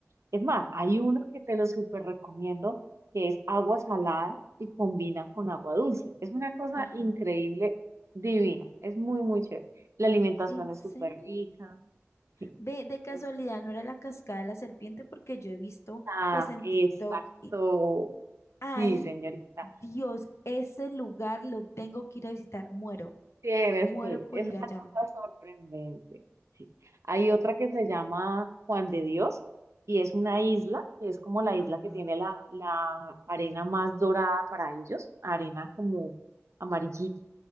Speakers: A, on the right; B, on the left.
A: Es más, hay uno que te lo súper recomiendo, que es agua salada y combina con agua dulce. Es una cosa
B: Ajá.
A: increíble, divina. Es muy, muy chévere. La alimentación
B: ¿En
A: es
B: serio?
A: súper rica. Sí,
B: Ve, de casualidad,
A: es,
B: ¿no era la cascada de la serpiente? Porque yo he visto,
A: ah,
B: pues, en
A: exacto.
B: TikTok y ay,
A: Sí, señorita.
B: Dios, ese lugar lo tengo que ir a visitar. Muero,
A: Tienes
B: muero
A: que ir.
B: por
A: Es
B: ir
A: una
B: allá.
A: cosa sorprendente. Sí. Hay otra que se llama Juan de Dios y es una isla, que es como la isla
B: Ajá.
A: que tiene la, la arena más dorada para ellos, arena como amarillita,